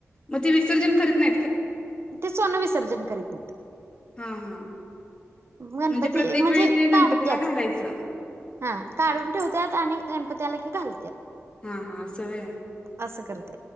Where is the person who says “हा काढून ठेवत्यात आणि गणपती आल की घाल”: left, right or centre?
Right